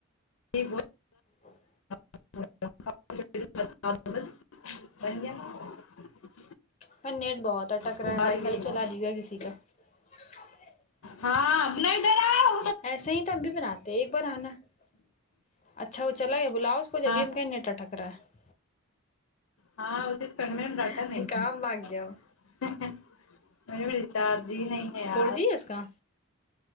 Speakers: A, on the left (about 80°); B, on the left (about 30°).
A: ہی
B: ہ <unintelligible>
A: <unintelligible>
B: میں نیٹ بہت ہے ٹک
A: ابال
B: رہا ہے وائی
A: کے
B: فائی
A: لگا
B: چلا دی گا کسی کا <unintelligible>
A: ہاں بب نہیںائی د رہا <unintelligible>
B: ایسے ہی ت امب بھی بناان <unintelligible> تو ایک بار آناا <unintelligible> اچھا وہ چلا گیا بلاؤ اس کو
A: ہاں
B: جبھی ہم کہیں نیٹا ٹھک رہا ہے <unintelligible>
A: ہاں اس فم میں ڈاٹا
B: ہے
A: نہیں
B: کام
A: ہے
B: بھاگ جاؤ
A: مے م چارجی نہیں ہے یار
B: فور جی
A: <unintelligible>
B: ہے اس کا